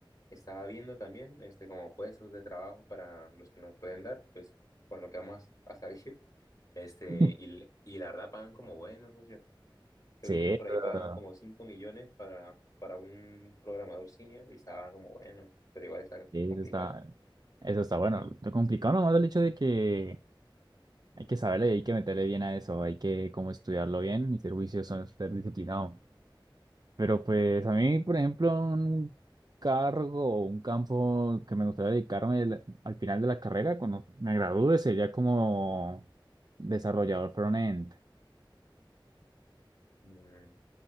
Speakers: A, on the left; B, on the right.
A: estaba viendo también, este, como puestos de trabajo para los que nos pueden dar, pues, con lo que vamos a, salir. <laughs> Este,
B: <laughs>
A: y, y la verdad pagan como bueno, socio. Yo
B: Sí,
A: vi que por
B: eso,
A: ahí pagan como 5 millones para, para un programador senior y estaba como bueno, pero igual está
B: sí,
A: complicado.
B: eso está, eso está bueno. Lo complicado nomás el hecho de que hay que saberle y hay que meterle bien a eso, hay que como estudiarlo bien y ser juicioso, ser disciplinado. Pero pues a mí, por ejemplo, un cargo o un campo que me gustaría dedicarme al al final de la carrera, cuando me gradúe, sería como desarrollador front-end.
A: Mm,